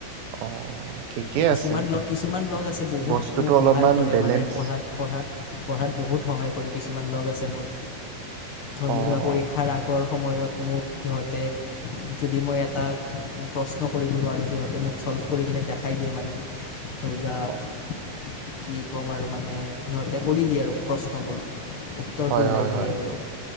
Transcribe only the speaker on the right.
অ ঠিকেই
আছে
বস্তুটো
অলপমান
বেলেঞ্চ
অ
অ
অ
হয়
হয়
হয়